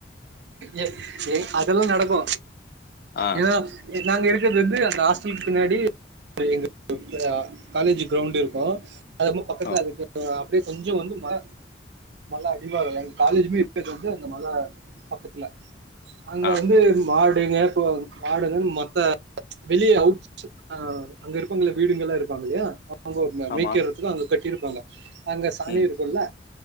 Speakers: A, on the right; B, on the left.
A: ஏ ஏ அதெல்லா நடக்கு
B: ஆ
A: ஏன்னா நாங்க இருக்கிறது வந்து அந்த ஹாஸ்டலுக்கு பின்னாடி எங்க அ காலேஜ்ஜூ கிரௌண்ட் இருக்கு அது ரொம்ப பக்கத்துல
B: ஓ
A: அதுக்கு அ அப்படியே கொஞ்சு வந்து ம மலை அடிவாரோ எங்க காலேஜுமே இருக்குருது வந்து அந்த மல பக்கத்துல அங்க
B: ஆ
A: வந்து மாடுங்க இப்போ மாடுங்கன்னு மத்த வெளியே அவு ஆ அங்க இருப்பவங்கள்ல வீடுங்கல்லா இருப்பாங்க இல்லையா அங்க அவங்க
B: ஆமா
A: மேய்க்கிறதுக்கு அங்க கட்டியிருப்பாங்க அங்க சாணி
B: ம்
A: இருக்குல்ல